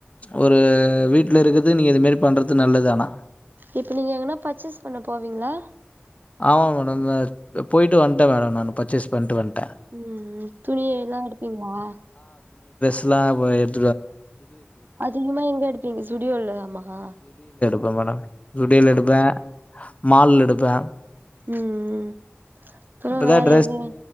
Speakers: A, on the left (about 30°); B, on the right (about 50°).
A: ஒரு வீட்ல இருக்கறது நீங்க இது மாரி பண்றது நல்லது ஆனா
B: இப்ப நீங்க எங்கனா பர்ச்சஸ் பண்ண போவீங்களா
A: ஆமா மேடம் ந்த ஆ போயிட்டு வன்ட்டே மேடம் நா பர்ச்சேஸ் பண்ட்டு வன்
B: உம் உம் துணிய எல்லாம் எடுப்பீங்களா
A: இல வய எது
B: அதிகமா எங்க எடுப்பீங்க சுடியோலாமா
A: அதான விடியல் எடுப்பேன் மால் எடுப்பேன்
B: ம் ம் அப்றோ
A: இப்பதான்
B: வேற எங்க